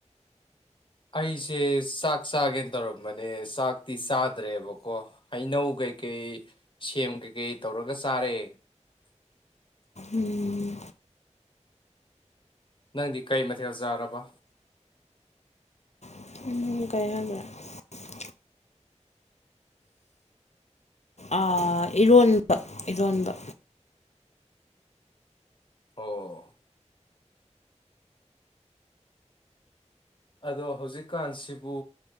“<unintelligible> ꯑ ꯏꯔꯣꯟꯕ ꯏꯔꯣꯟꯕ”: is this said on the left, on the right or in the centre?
Left